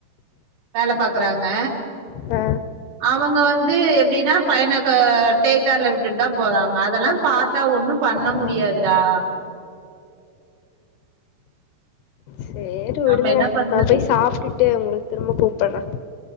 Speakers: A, on the right; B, on the left.
A: வேல பாக்குறாங்க
B: அ
A: அவுங்க வந்து எப்டினா பையன க டேக் கேர்ல விட்டுட்டுதா போறாங்க அதெல்லா பாத்தா ஒண்ணும் பண்ண
B: ஆ
A: முடியாதுடா
B: சேரி
A: நம்ம
B: விடுங்க
A: என்ன பண்றது
B: நா போய் சாப்டுட்டு உங்களுக்கு திரும்ப கூப்டுறேன்